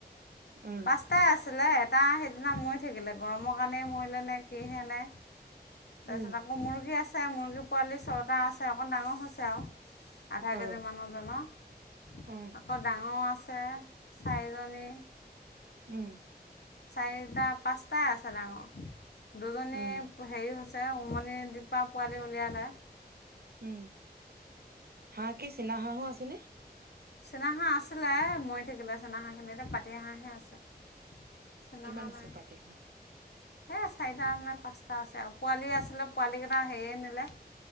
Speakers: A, on the right; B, on the left.
A: উম
B: এটাই আছিলে এটা সিদিনা মৰি থাকিলে গৰমৰ কাৰণেই মৰিলে নে কিহেনে তাৰপিছত
A: উম
B: আকৌ মুৰ্গী আছে মুৰ্গী পোৱালি ছটা আছে অকণ ডাঙৰ হৈছে আৰু আধা
A: আহ
B: কেজি মানুহজননৰ
A: উম
B: আকৌ ডাঙৰ আছে চাৰিজনী
A: উম
B: চাৰিটা পাঁচটাই আছে ডাঙৰ দুজনী
A: উম
B: হেৰি হৈছে ছে উমনি দীপা পোৱালি উলিয়ালে
A: উম হাঁহ কি চীনা হাঁহো আছেনে
B: চীন হাঁহ আছিলে মৰি থাকিলে চেনাহাঁহ খিনি এয়া পাতি হাঁহে আছে চীনাহাঁহ
A: কিমান আছে
B: নাই
A: পাতি হাঁহ
B: সেই চাৰিটা নে পাঁচটা আছে আৰু পোৱালি আছিলে পোৱালী কেইটা হেয়ে নিলে